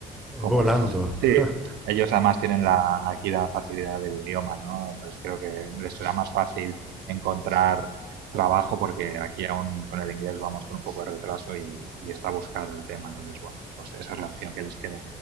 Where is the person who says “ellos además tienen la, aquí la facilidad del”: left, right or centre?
Right